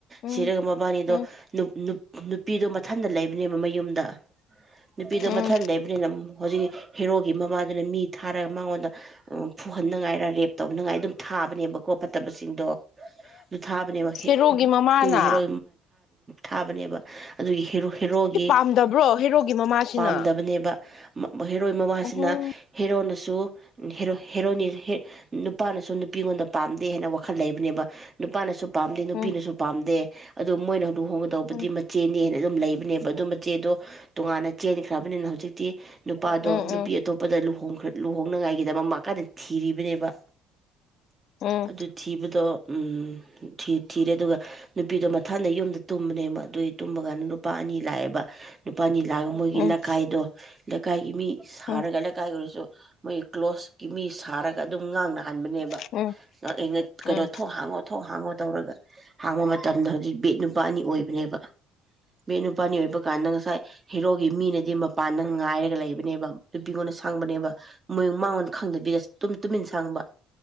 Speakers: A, on the left; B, on the right.
A: ꯎꯝ
B: ꯁꯤꯔꯪ ꯕꯥꯕꯥꯅꯤꯗ
A: ꯎꯝ
B: ꯅꯨ ꯅꯨꯄꯤꯗ ꯃꯊꯟꯇ ꯂꯩꯕꯅꯦꯕ ꯃꯌꯨꯝꯗ ꯅꯨꯄꯤꯗꯣ
A: ꯎꯝ
B: ꯃꯊꯟ ꯂꯩꯕꯅꯤꯅ ꯍꯧꯖꯤꯛꯀꯤ ꯍꯦꯔꯣꯒꯤ ꯃꯃꯥꯗꯨꯅ ꯃꯤ ꯊꯥꯔꯒ ꯃꯉꯣꯟꯗ ꯎ ꯐꯨꯍꯟꯅꯉꯥꯏꯔ ꯔꯦꯞ ꯇꯧꯅꯉꯥꯏ ꯑꯗꯨꯝ ꯊꯥꯕꯅꯦꯕꯀꯣ ꯐꯠꯇꯕꯁꯤꯡꯗꯣ ꯔꯨꯊꯥꯕꯅꯦꯕ
A: ꯍꯦꯔꯣꯒꯤ ꯃꯃꯥꯅ
B: ꯎꯝ ꯍꯦꯔ ꯊꯥꯕꯅꯦꯕ ꯑꯗꯨꯒꯤ ꯍꯦꯔꯣꯏ ꯍꯦꯔꯣꯒꯤ
A: ꯑꯦ ꯄꯥꯝꯗꯕ꯭ꯔꯣ ꯍꯦꯔꯣꯒꯤ ꯃꯃꯥꯁꯤꯅ
B: ꯄꯥꯝꯗꯕꯅꯦꯕ ꯍꯦꯔꯣꯏ ꯃꯃꯥꯁꯤꯅ
A: ꯎꯝ
B: ꯍꯦꯔꯣꯅ ꯁꯨ ꯍꯦꯔꯣꯅꯤ ꯅꯨꯄꯥꯅꯁꯨ ꯅꯨꯄꯤꯉꯣꯟꯗ ꯄꯥꯝꯗꯦ ꯍꯥꯏꯅ ꯋꯥꯈꯜ ꯂꯩꯕꯅꯦꯕ ꯅꯨꯄꯥꯅꯁꯨ ꯄꯥꯝꯗꯦ ꯅꯨꯄꯤꯅꯁꯨ
A: ꯎꯝ
B: ꯄꯥꯝꯗꯦ ꯑꯣ ꯃꯣꯏꯅ ꯂꯨꯍꯣꯡꯒꯗꯧꯕꯗꯤ
A: ꯎꯝ
B: ꯃꯆꯦꯅꯤꯅ ꯑꯗꯨꯝ ꯂꯩꯕꯅꯦꯕ ꯑꯗꯨꯝꯕ ꯆꯦꯗꯣ ꯇꯣꯉꯥꯟꯅ ꯆꯦꯟꯈ꯭ꯔꯕꯅꯤꯅ ꯍꯧꯖꯤꯛꯇꯤ ꯅꯨꯄꯥꯗꯣ
A: ꯎꯝ
B: ꯅꯨꯄꯤ
A: ꯎꯝ
B: ꯑꯇꯣꯞꯄꯗ ꯂꯨꯍꯣꯡ ꯈꯨꯈꯔ ꯂꯨꯍꯣꯡꯅꯉꯥꯏꯒꯤꯗꯃꯛ ꯃꯥ ꯀꯥꯟꯗ ꯊꯤꯔꯤꯕꯅꯦꯕ
A: ꯎꯝ
B: ꯑꯗꯨ ꯊꯤꯕꯗꯣ ꯎꯝ ꯊꯤ ꯊꯤꯔꯦ ꯑꯗꯨꯒ ꯅꯨꯄꯤꯗꯣ ꯝꯇ ꯊꯟꯗ ꯌꯨꯝꯗ ꯇꯨꯝꯕꯅꯦꯕ ꯑꯗꯨꯏ ꯇꯨꯝꯕ ꯀꯥꯟꯗ ꯅꯨꯨꯄꯥ ꯑꯅꯤ ꯂꯥꯛꯑꯦꯕ ꯅꯨꯄꯥ ꯑꯅꯤ ꯂꯥꯛꯒ ꯃꯣꯏꯒꯤ
A: ꯎꯝ
B: ꯂꯩꯀꯥꯏꯗꯣ ꯂꯩꯀꯥꯏꯒꯤ ꯃꯤ ꯁꯥꯔꯒ
A: ꯎꯝ
B: ꯂꯩꯀꯥꯏ ꯑꯣꯏꯔꯁꯨ ꯃꯣꯏ ꯀ꯭ꯂꯣꯁꯀꯤ ꯃꯤ ꯁꯥꯔꯒ ꯑꯗꯨꯝ ꯉꯥꯡꯅ ꯍꯥꯟꯕꯅꯦꯕ
A: ꯎꯝ
B: ꯉꯥꯑꯩꯅꯠ ꯀꯩꯅꯣ
A: ꯎꯝ
B: ꯊꯣꯡ ꯍꯥꯡꯉꯣ ꯊꯣꯡ ꯍꯥꯡꯉꯣ ꯇꯧꯔꯒ ꯍꯥꯡꯕ ꯃꯇꯝꯗ ꯍꯧ ꯕꯦꯠ ꯅꯨꯄꯥ ꯑꯅꯤ ꯑꯣꯏꯕꯅꯦꯕ ꯕꯦꯠ ꯅꯨꯄꯥ ꯑꯅꯤ ꯑꯣꯏꯕ ꯀꯥꯟꯗ ꯉꯁꯥꯏ ꯍꯦꯔꯣꯒꯤ ꯃꯤꯅꯗꯤ ꯃꯄꯥꯟꯗ ꯉꯥꯏꯔꯒ ꯂꯩꯕꯅꯦꯕ ꯅꯨꯄꯤꯉꯣꯟꯅ ꯁꯡꯕꯅꯦꯕ ꯃꯣꯏꯨꯝ ꯃꯥꯡꯉꯣꯟꯗ ꯈꯡꯗꯕꯤꯗ ꯇꯨꯝ ꯇꯨꯃꯤꯟ ꯁꯡꯕ